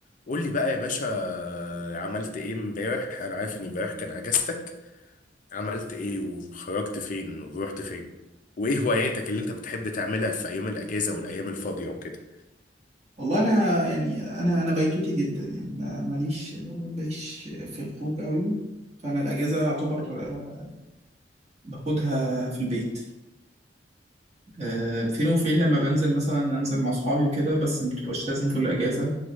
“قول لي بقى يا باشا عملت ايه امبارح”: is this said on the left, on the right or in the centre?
Left